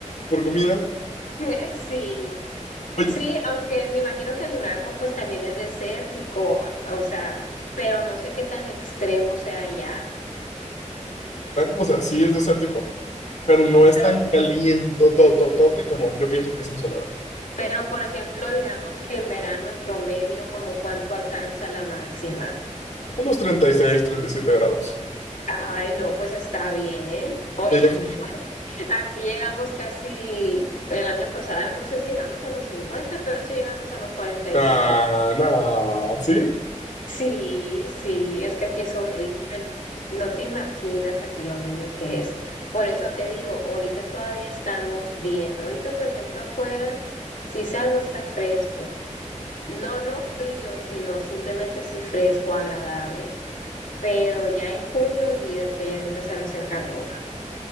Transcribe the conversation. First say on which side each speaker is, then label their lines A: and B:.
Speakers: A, on the left; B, on the left.
A: por comida.
B: <laughs> Sí,
A: Oye.
B: sí, aunque me imagino que en Durango pues también es desértico, o sea, pero no sé qué tan extremo sea allá.
A: Durango, o sea, sí es desértico, pero no es
B: Pero,
A: tan calientototote como yo pienso que es en Sonora.
B: pero por ejemplo, digamos que en verano en promedio, como cuánto alcanza la máxima?
A: Unos treinta y 37 grados.
B: Ay, no, pues está bien. Oye,
A: ¿Y allá cómo estás?
B: <laughs> aquí llegamos casi el año pasado, no sé si llegamos a los 50, pero sí llegamos a los 47.
A: Nah, nah, sí.
B: Sí, sí, es que aquí es horrible. No te imaginas aquí lo horrible que es. Por eso te digo, ahorita todavía estamos bien. Ahorita, por ejemplo, afuera, si salgo está fresco. No, no frío, sino simplemente así fresco, agradable. Pero ya en junio, olvídate, ya va a empezar a hacer calor.